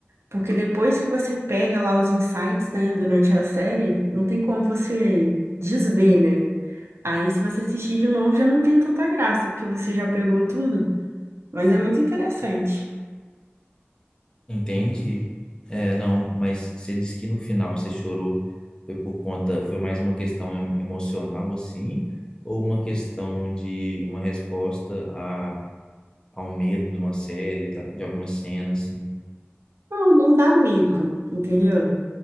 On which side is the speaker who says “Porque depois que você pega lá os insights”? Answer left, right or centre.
Right